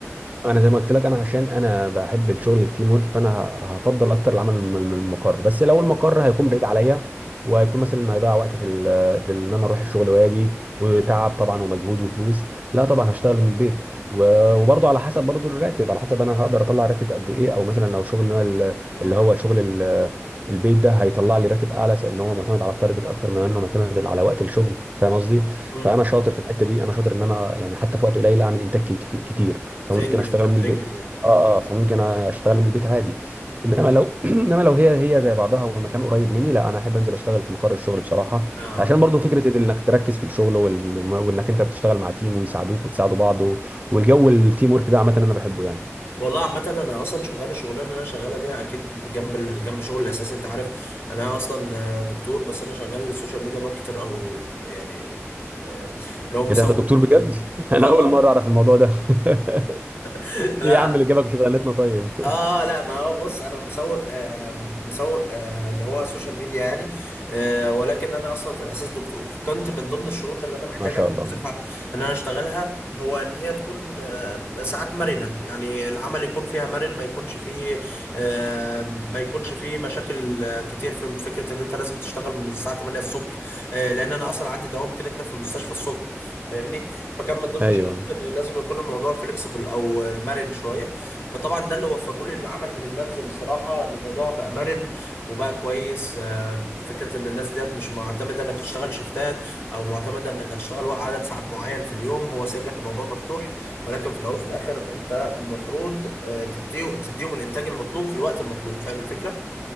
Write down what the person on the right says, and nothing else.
انا زي ما قلت لك انا عشان انا بحب الشغل التيم ورك فانا ه- هفضل اكتر العمل من من- من المقر بس لو
المقر هيكون بعيد عليا وهيكون مثلا هيضيع وقت في ال في ال- ان انا اروح الشغل واجي وتعب
طبعا ومجهود وفلوس لا طبعا هشتغل من البيت و- وبرضه على حسب برضه الراتب على حسب انا هقدر اطلع راتب قد ايه او مثلا لو شغل اللي هو ال-
اللي هو شغل ال- البيت ده هيطلع لي راتب اعلى لان هو معتمد على التارجت اكتر ما انه معتمد على وقت الشغل فاهم قصدي
فانا شاطر في الحته دي انا شاطر ان انا يعني حتى في وقت قليل اعمل انتاج كت- كتير
فممكن
اشتغل
من البيت
اه اه فممكن اشتغل من البيت عادي انما لو <clears throat> انما لو هي هي زي بعضها والمكان قريب مني لا انا احب انزل اشتغل في مقر الشغل بصراحه
عشان برضو فكره انك تركز في الشغل وال... وانك انت بتشتغل مع تيم ويساعدوك وتساعدوا بعض و... والجو التيم ورك ده عامه انا بحبه يعني
ايه ده انت دكتور بجد
<laughs> انا
اول
مره اعرف الموضوع ده <laughs>
ايه يا عم اللي جابك شغلانتنا طيب <laughs>
ما شاء
الله
ايوه